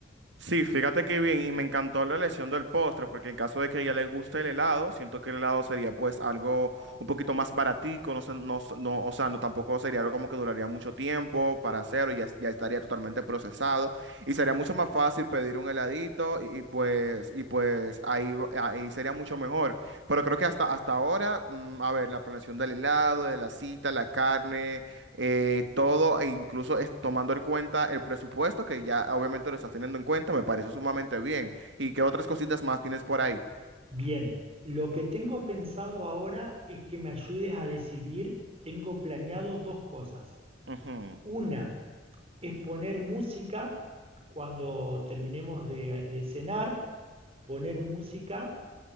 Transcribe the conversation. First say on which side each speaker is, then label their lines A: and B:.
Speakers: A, on the right; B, on the right.
A: Sí, fíjate qué bien, y me encantó la elección del postre, porque en caso de que a ella le guste el helado, siento que el helado sería pues algo un poquito más baratico, no sé, no, s- no, o sea, no tampoco sería algo como que duraría mucho tiempo para hacerlo, ya, es- ya estaría totalmente procesado, y sería mucho más fácil pedir un heladito, y, y, pues, y pues ahí, va- ahí sería mucho mejor. Pero creo que hasta, hasta ahora, mm, a ver, la planeación del helado, de la cita, la carne eh, todo, e incluso es tomando en cuenta el presupuesto, que ya obviamente lo estás teniendo en cuenta, me parece sumamente bien. ¿Y qué otras cositas más tienes por ahí?
B: Bien, lo que tengo pensado ahora es que me ayudes a decidir, tengo planeado dos cosas.
A: Ujú,
B: Una, es poner música cuando terminemos de, de cenar, poner música